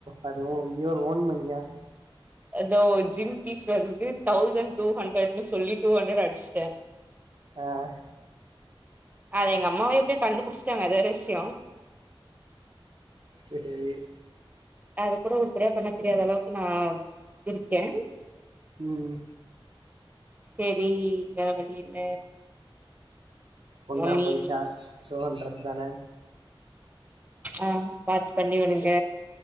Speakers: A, on the right; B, on the right.
A: அது ஓ இன்னோரு ஒன் இனிக
B: எதோ ஒர் ஜிம்பீஸ் வருது தௌசண்ட் டூ ஹண்ட்ரட்னு சொல்லி டூ ஹண்ட்ரட் அடிச்ட்டே
A: ஆஹ்
B: அத எங்க அம்மாவே எப்பியே கண்டுபிடிச்சுட்டாங்க அதுவேற விஷ்யோ
A: சேரி
B: அது கூட உருப்படியா பண்ண தெரியாத அளவுக் நா இருக்கே
A: உம்
B: சரி வேற வழி இல்ல
A: பொண்ணா
B: மம்மி
A: போயிட்டா டூ ஹண்ட்ரட் தான
B: ஆஹ் பேக் பண்ணி விடுங்க